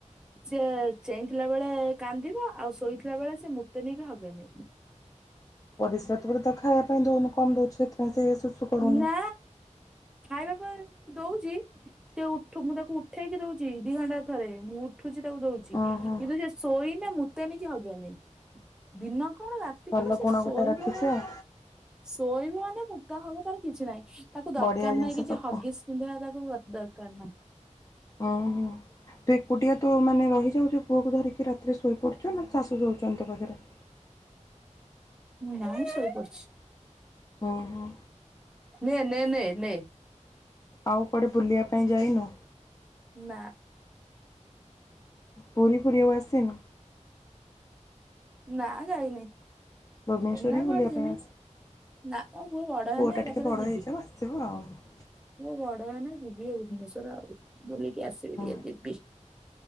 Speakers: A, in the centre; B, on the left.
A: ସିଏ ଚେଇଁଥିଲା ବେଳେ କାନ୍ଦିବ ଆଉ ଶୋଇଥିଲା ବେଳେ ସେ ମୁତେନି କି ହଗେନି
B: ପରିସ୍ରା ପରେ ଖାଇବା ପାଇଁ ଦଉନୁ କମ ଦଉଛୁ ସେଥିପାଇଁ ସେ କରୁନି
A: ନା ଖାଇବା ପାଇଁ ମୁଁ ଦଉଛି। ସେ ଉଠୁ ମୁଁ ତାକୁ ଉଠେଇକି ଦଉଛି ଦି ଘଣ୍ଟା ଥରେ ମୁଁ ଉଠୁଛି ତାକୁ ଦଉଛି।
B: ଓହୋ
A: କିନ୍ତୁ ସେ ଶୋଇନେ ମୁତେନି କି ହଗେନି ଦିନ କଣ ରାତି
B: ଭଲ
A: କଣ ସେ
B: ଗୁଣ
A: ଶୋଇବ
B: ଗୋଟେ ରଖିଛି
A: ମାନେ
B: ଆଉ
A: ଶୋଇବ ମାନେ ମୁତା ହଗା ତାର କିଛି ନାହିଁ। ତାକୁ ଦରକାର
B: ବଢ଼ିଆ ଜିନିଷ
A: ନାହିଁ କିଛି
B: ତୋ
A: ହଗିସ୍
B: ପୁଅ।
A: ପିନ୍ଧେଇବା ତାକୁ ଦରକାର ନାହିଁ।
B: ଓହୋ! ତୁ ଏକୁଟିଆ ତୁ ମାନେ ରହିଯାଉଛୁ ପୁଅକୁ ଧରିକି ରାତିରେ ଶୋଇପଡୁଛୁ ନା ଶାଶୁ ଶୋଉଛନ୍ତି ତୋ ପାଖରେ?
A: ନା ମୁଁ ଶୋଇପଡୁଛି।
B: ଓ ହୋ
A: ନେ, ନେ, ନେ, ନେ
B: ଆଉ କୁଆଡେ ବୁଲିବା ପାଇଁ ଯାଇନୁ?
A: ନା,
B: ପୁରୀ ଫୁରି ଆଉ ଆସିନୁ?
A: ନା, ଯାଇନି।
B: ଭୁବନେଶ୍ୱର
A: ଏନା
B: ବି
A: କୁଆଡେ
B: ବୁଲିବା
A: ଯିମି
B: ପାଇଁ ଆସ
A: ନା ମୋ ପୁଅ ବଡ
B: ପୁଅଟା
A: ହେଲେ ଏକା
B: ଟିକେ
A: ଥରେ
B: ବଡ଼
A: ଯିବି।
B: <unintelligible>
A: ପୁଅ ବଡ ହେନେ ଯିବି ଭୁବନେଶ୍ଵର ଆଉ ବୁଲିକି ଆସିବି
B: ହଁ,
A: ଟିକେ ଯିବି।